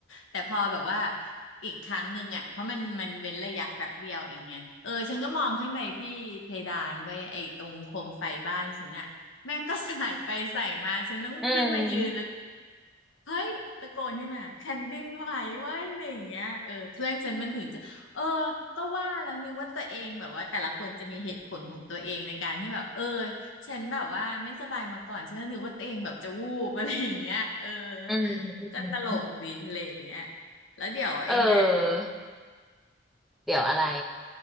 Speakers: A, on the left (about 80°); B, in the centre.
A: แต่พอแบบว่าอีกครั้งหนึ่งอ่ะเพราะมันมันเว้นระยะแป๊บเดียวเองไงเออฉันก็มองขึ้นไปที่เพดานเว้ยไอ้ตรงโคมไฟบ้านฉันอ่ะ แม่งก็ใส่ไปใส่มาฉันต้องขึ้นมายืนแล้วก็
B: อืม
A: เฮ้ยตะโกนขึ้นมาแผ่นดินไหวเว้ยอะไรอย่างเงี้ยเออเพื่อนฉันมันถึงจะเออก็ว่าแล้วนึกว่าตัวเองแบบว่าแต่ละคนจะมีเหตุผลของตัวเองในการที่แบบเออฉันแบบว่าไม่สบายมาก่อนฉันก็นึกว่าตัวเองแบบจะวูบอะไรอย่างเงี้ยเออ
B: อืมอื
A: ก็ตลกดีอะไรอย่างเงี้ย
B: ม
A: แล้วเดี๋ยวไอ้เนี่ย
B: เออเดี๋ยวอะไร